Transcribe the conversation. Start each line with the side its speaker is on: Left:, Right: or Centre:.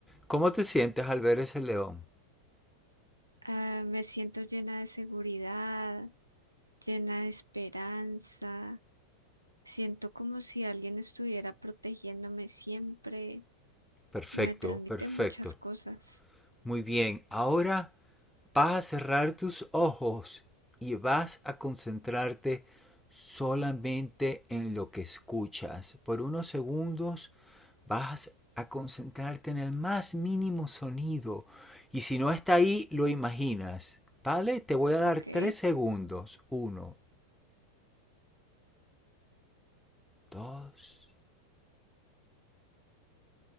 Centre: ¿Cómo te sientes al ver ese león?
Right: Ah, me siento llena de seguridad, llena de esperanza. Siento como si alguien estuviera protegiéndome siempre.
Centre: Perfecto,
Right: Me transmite
Centre: perfecto.
Right: muchas cosas.
Centre: Muy bien, ahora vas a cerrar tus ojos y vas a concentrarte solamente en lo que escuchas. Por unos segundos vas a concentrarte en el más mínimo sonido y si no está ahí lo imaginas. ¿Vale? Te voy a dar
Right: Ok.
Centre: tres segundos. Uno, dos,